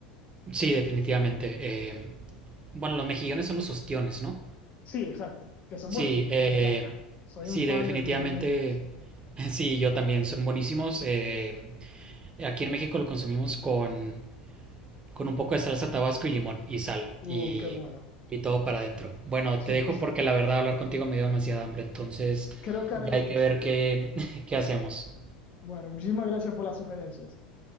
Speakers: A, on the right; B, on the left.
A: sí, definitivamente. Eh, bueno, los mejillones son los ostiones, ¿no?
B: Sí, exacto, que son
A: Sí,
B: buenísimos,
A: eh,
B: me encantan. Soy
A: sí,
B: un fan
A: definitivamente.
B: de comer mejillones.
A: <laughs> Sí, yo también, son buenísimos. eh, Aquí en México lo consumimos con, con un poco de salsa tabasco y limón y sal
B: Uh,
A: y,
B: qué bueno,
A: y todo para adentro. Bueno,
B: súper,
A: te dejo
B: súper.
A: porque la verdad hablar contigo me dio demasiada hambre, entonces
B: Creo que haré
A: ya
B: lo
A: hay
B: mismo.
A: que ver qué, <laughs> qué hacemos.
B: Bueno, muchísimas gracias por las sugerencias.